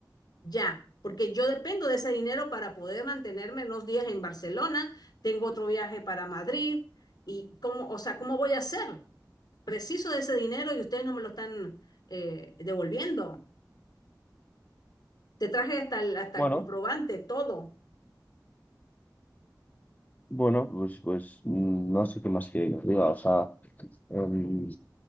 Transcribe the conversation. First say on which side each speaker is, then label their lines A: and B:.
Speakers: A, on the left; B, on the left.
A: Ya, porque yo dependo de ese dinero para poder mantenerme unos días en Barcelona, tengo otro viaje para Madrid, y cómo, o sea, ¿cómo voy a hacer? Preciso de ese dinero y ustedes no me lo están eh, devolviendo. Te traje hasta el, hasta
B: Bueno,
A: el comprobante, todo.
B: bueno, pues, pues mm, no sé qué más quiere que le diga. O sea, em,